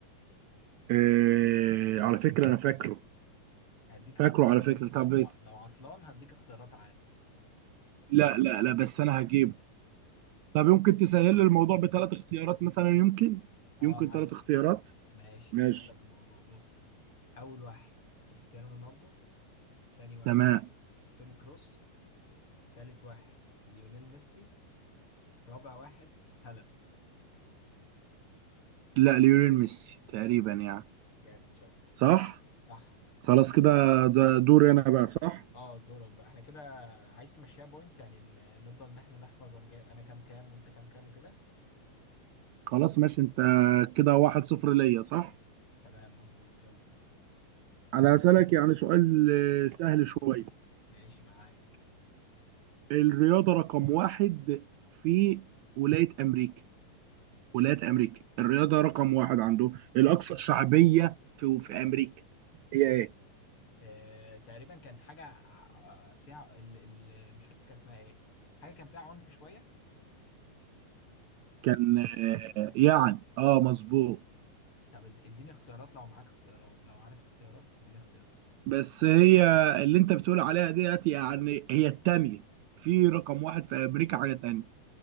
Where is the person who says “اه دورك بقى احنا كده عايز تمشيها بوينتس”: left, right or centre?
Left